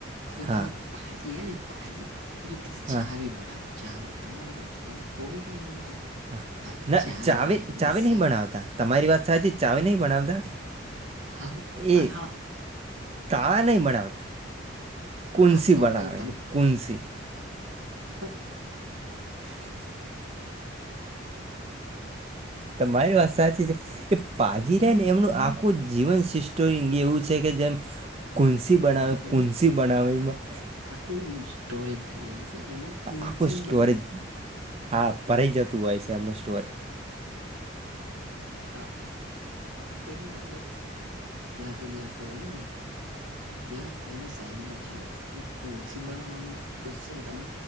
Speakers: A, on the right; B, on the right.
A: તો
B: હા
A: પેલા પાજી હ ને પાજી એ પે
B: હા
A: જાળી બનાવી ચાવી તમારે જો ચાવી ખોવી ગઈ હોય તો
B: હા
A: એ
B: ના
A: ચાવી
B: ચવે
A: બનાવે ડીસા
B: ચાવે નહી બનાવતા તમારી વાત સાચી છે ચાવી નહી બનાવતા
A: હા તાળો
B: એ તાળા નહી બનાવતા કુનસી
A: હા તો
B: બનાવે
A: કઈ
B: છે કુંન્સી
A: ઓ
B: <inaudible> તમારી વાત સાચી છે એ પા હીરેન એમનું આખું જીવન સિસ્ટમ એવું છે કે જેમ કોન્સી બનાવે
A: એમનું
B: કોન્સી બનાવેેમાં
A: હા, આખું સ્ટોરેજ થઈ જાય છે એમાં કુનસી
B: આખું સ્ટોરેજ
A: ન બધું
B: હા ભરઈ જતું હોય છે એમનો સ્ટોર
A: હા આપેલી આપણેે ત્યા આપેલી આપડે એ ને ત્યાં એની સાઈડમાં છે એ કુનસી બનાવવાનું સ્પેશલ તમે